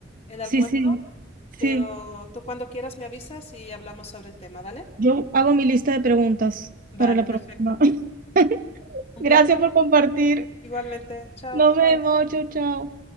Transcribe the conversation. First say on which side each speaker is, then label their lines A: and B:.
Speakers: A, on the left; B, on the right.
A: el almuerzo,
B: Sí, sí, sí.
A: pero tú cuando quieras me avisas y hablamos sobre el tema, ¿vale?
B: Yo hago mi lista de preguntas
A: Vale,
B: para la
A: perfecto.
B: próxima. <laughs>
A: Un
B: Gracias
A: placer.
B: por compartir.
A: Igualmente, chao.
B: Nos vemos, chau, chau.